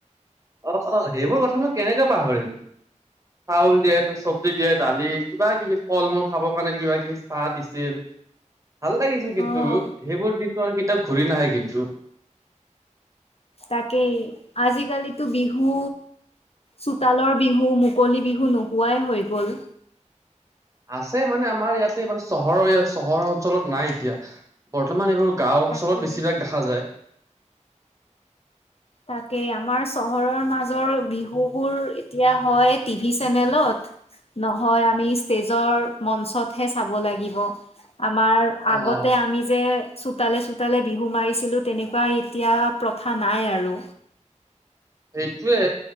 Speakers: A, on the right; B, on the left.
A: অ অ সেইবোৰ কথানো কেনেকে পাহৰিম চাউল দিয়ে ত চব্জি দিয়ে দালি কিবা কিবি ফল মূল খাব কাৰণে কিবা কিবি চাহ দিছিল ভাল লাগিছিল কিন্তু
B: অ
A: সেইবোৰ দিনটো আৰু কেতিয়াও ঘূৰি নাহে কিন্তু
B: তাকেই আজিকালিতো বিহু চোতালৰ বিহু মুকলি বিহু নোহোৱাই হৈ গল
A: আছে মানে আমাৰ ইয়াতে মানে চহৰৰ চহৰৰ অঞ্চলত নাই এতিয়া বৰ্তমান এইবোৰ গাঁও অঞ্চলত
B: তাকেই
A: বেছিভাগ দেখা যায়
B: তাকেই আমাৰ চহৰৰ মাজৰ বিহুবোৰ এতিয়া হয় টিভি চেনেলত নহয় আমি ষ্টেজৰ মঞ্চতহে চাব লাগিব আমাৰ
A: অ'।
B: আগতে আমি যে চোতালে চোতালে বিহু মাৰিছিলো তেনেকুৱা এতিয়া প্ৰথা নাই আৰু
A: সেইটোয়ে